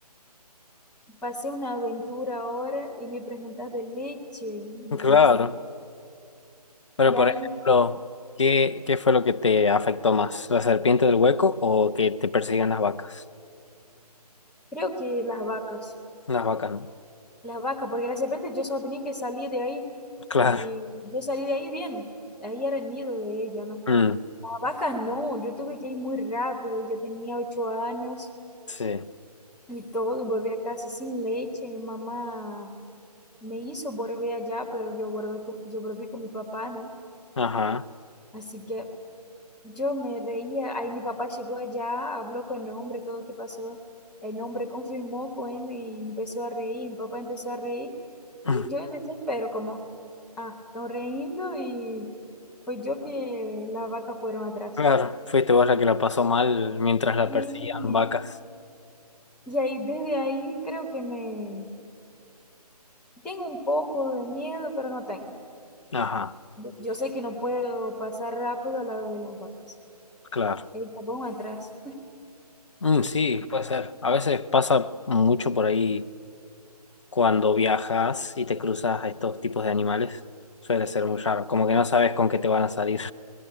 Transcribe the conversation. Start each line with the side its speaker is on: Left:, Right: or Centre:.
Centre: pasé una aventura ahora y me preguntas de leche, imposible.
Left: <laughs> claro. Pero,
Centre: Y
Left: por
Centre: ahí,
Left: ejemplo, ¿qué, qué fue lo que te afectó más? ¿La serpiente del hueco o que te persigan las vacas?
Centre: creo que las vacas,
Left: Las vacas, no.
Centre: las vacas, porque de repente yo solo tenía que salir de ahí
Left: Claro.
Centre: y yo salí de ahí bien, ahí era el nido de ella, ¿no?
Left: Mm,
Centre: A vacas no, yo tuve que ir muy rápido, yo tenía ocho años
Left: sí.
Centre: y todo, y volví a casa sin leche. Mi mamá me hizo volver allá, pero yo volví con, yo volví con mi papá, ¿no?
Left: Ajá.
Centre: Así que yo me reía, ahí mi papá llegó allá, habló con el hombre, todo lo que pasó, el hombre confirmó con él y empezó a reír, mi papá empezó a reír
Left: <laughs>
Centre: y yo en desespero, como, ah, están riendo y fue yo que las vacas fueron atrás.
Left: Claro, fuiste vos la que la pasó mal mientras la
Centre: Sí.
Left: perseguían
Centre: sí.
Left: vacas.
Centre: Y ahí, desde ahí creo que me tengo un poco de miedo, pero no tengo.
Left: Ajá,
Centre: Yo sé que no puedo pasar rápido al lado de las vacas.
Left: claro.
Centre: El tapón atrás.
Left: Mm, sí, puede ser. A veces pasa mucho por ahí cuando viajas y te cruzas a estos tipos de animales. Suele ser muy raro, como que no sabes con qué te van a salir.